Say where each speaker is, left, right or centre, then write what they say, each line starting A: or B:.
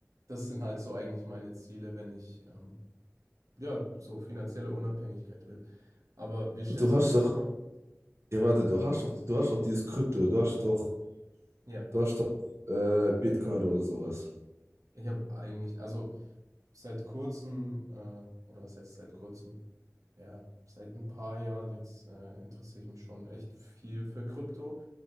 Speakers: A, on the right; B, on the right.
A: Das sind halt so eigentlich meine Ziele, wenn ich ähm, ja so finanzielle Unabhängigkeit will. Aber wie stellst
B: Du hast
A: du dir das
B: doch,
A: vor?
B: ja warte, du hast doch, du hast doch dieses Krypto, du hast doch,
A: Ja,
B: du hast doch äh, Bitcoin oder sowas.
A: ich habe eigentlich, also seit kurzem, äh, oder was heißt seit kurzem? Ja, seit ein paar Jahren jetzt äh, interessiere ich mich schon echt viel für Krypto